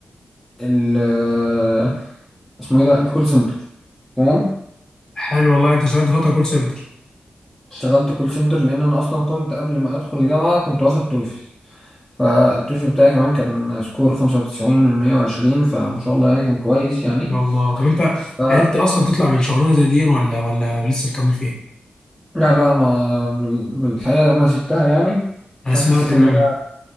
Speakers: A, in the centre; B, on the left.
A: ال آه، اسمه ايه ده الكول سنتر تمام
B: حلو والله انت اشتغلت فتره كول سنتر
A: اشتغلت كول سنتر لان انا اصلا كنت قبل ما ادخل الجامعه كنت واخد توفل فالتوفل بتاعي كمان كان سكور 95 من 120 فما شاء الله يعني كان كويس يعني
B: شاء الله طب انت
A: ف
B: عرفت اصلا تطلع من شغلانه زي دي ولا ولا لسه مكمل فيها
A: لا لا انا بال- بالحقيقه انا سبتها يعني
B: انا
A: عشان
B: سمعت
A: حسيت
B: ان
A: ان انا